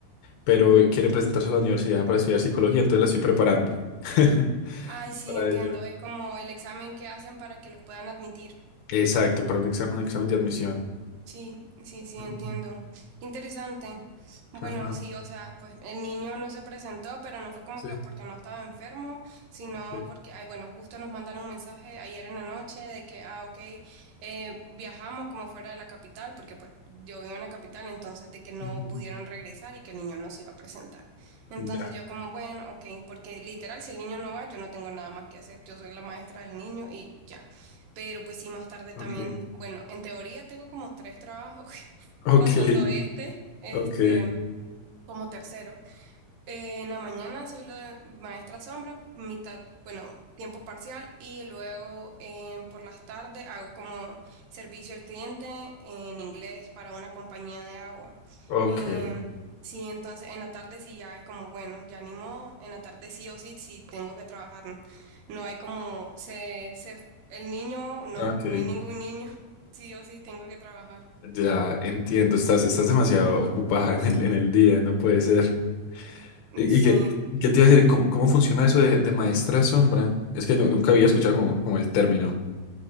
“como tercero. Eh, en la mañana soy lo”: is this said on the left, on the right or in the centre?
Right